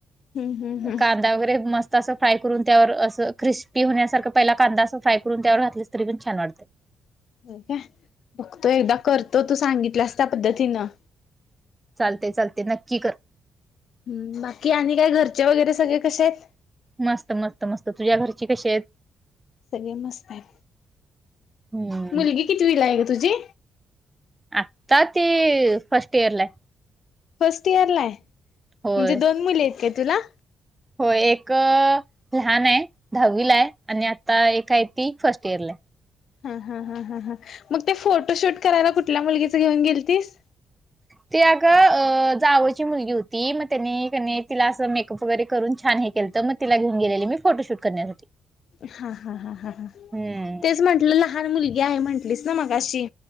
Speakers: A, on the left (about 70°); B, on the right (about 20°).
A: हम्म हम्म हम्म.
B: कांदा वगैरे मस तस फाय करून त्यावर अस क्रिस्पी होण्यासारख पहिला कांदा असं फ्राय करून त्यावर घातलीस तरीपण छान वाटतं. <inaudible>
A: होय का? बघतो एकदा करतो तू सांगितल्यास त्या पद्धतीनं.
B: चालते चालते नक्की कर.
A: हम, बाकी आणि काय घरचे वगैरे सगळे कसे आहेत.
B: मस्त मस्त मस्त तुझ्या घरची कशी आहेत.
A: सगळे मस्त आहे.
B: हम्म
A: मुलगी कितवीला आहे ग तुझी?
B: आत्ता ती फर्स्ट इयरला हाय.
A: फर्स्ट इयर ला आहे
B: होय
A: म्हणजे, दोन मुली आहेत काय तुला?
B: होय एक लहान आहे दहावी ला आहे आणि आता एक आहे ती फर्स्ट इयर ला हाय.
A: हा हा हा हा मग ते फोटो शूट करायला कुठल्या मुलगीचं घेऊन गेल तीस.
B: ते अगं जावची मुलगी होती म तेनी कणी तिला असं मेकअप वगैरे करून छान हे केलं त म तिला घेऊन गेलेली मी फोटोशूट करण्यासाठी.
A: हा हा हा हा हा
B: हम्म
A: तेच म्हंटलं लहान मुलगी आहे म्हंटलीस ना मगाशी?